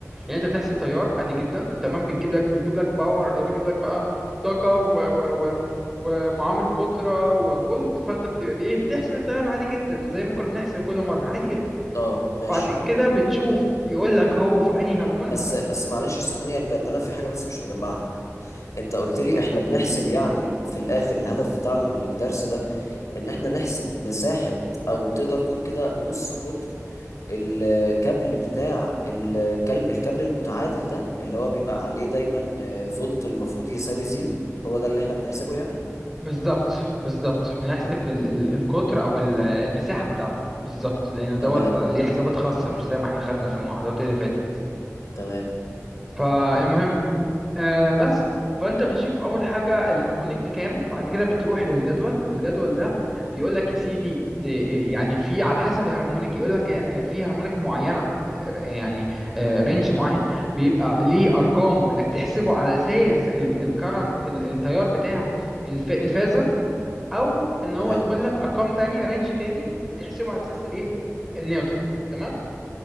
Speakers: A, in the centre; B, on the left.
A: يعني انت بتحسب تيار عادي جدا تمام بتجيب لك بيجيب لك باور آه، بيجيب لك بقى طاقه و و و ومعامل قدره وفولت فانت بتبقى بايه بتحسب التيار عادي جدا زي ما كنا بنحسب كل مره عادي جدا
B: اه ماشي
A: بعد كده بتشوف يقول لك هو في انهي هارمونيك
B: بس بس معلش ثانية لأن أنا في حاجة بس مش مجمعها أنت قلت لي إحنا بنحسب يعني في الآخر الهدف بتاعنا من الدرس ده إن إحنا نحسب مساحة أو تقدر تقول كده نص قطر الكابل بتاع الكلب الكابل المتعادل ده اللي هو بيبقى عليه دايما آه، فولت المفروض يساوي زيرو هو ده اللي إحنا بنحسبه يعني
A: بالظبط بالظبط بنحسب ال ال القطر او ال- المساحه بتاعته بالظبط لان دوت
B: تمام
A: ليه حسابات خاصه مش زي ما احنا خدنا في المحاضرات اللي فاتت
B: تمام
A: فالمهم آه بس فانت بتشوف اول حاجه الهارمونيك دي كام بعد كده بتروح للجدول الجدول ده بيقول لك يا سيدي ل- يعني في على حسب الهارمونيك يقول لك آه، آه، في هارمونيك معينه آه، آه، يعني رينج معين بيبقى ليه ارقام وانك تحسبه على اساس الكرنت التيار بتاع الف- الفازه او ان هو
B: تمام
A: تقول لك ارقام تانية رينج تاني بتحسبه على اساس الايه النيوترال تمام.